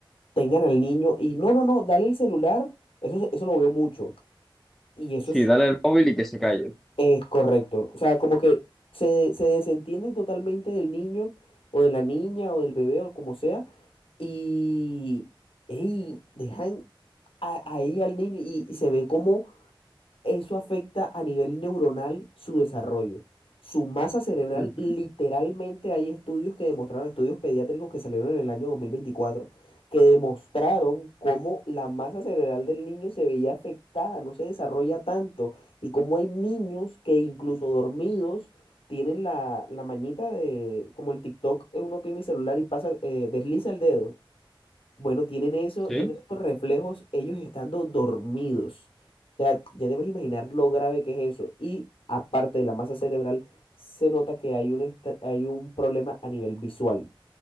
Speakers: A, on the left; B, in the centre.
A: tengan al niño y no, no, no, dale el celular. Eso, eso lo veo mucho. Y eso
B: Sí,
A: es,
B: dale el móvil y que se calle.
A: es correcto. O sea, como que se, se desentienden totalmente del niño o de la niña o del bebé o como sea. Y, ey, dejan a- ahí al niño y, y se ve como Eso afecta a nivel neuronal su desarrollo. Su masa cerebral,
B: Ujú.
A: literalmente hay estudios que demostraron, estudios pediátricos que salieron en el año 2024 que demostraron cómo la masa cerebral del niño se veía afectada, no se desarrolla tanto, y cómo hay niños que incluso dormidos tienen la, la mañita de, como el TikTok, eh, uno tiene el celular y pasa, eh, desliza el dedo bueno, tienen eso,
B: Sí.
A: tienen esos reflejos ellos estando dormidos. O sea, ya debes imaginar lo grave que es eso. Y aparte de la masa cerebral, se nota que hay un, estra- hay un problema a nivel visual.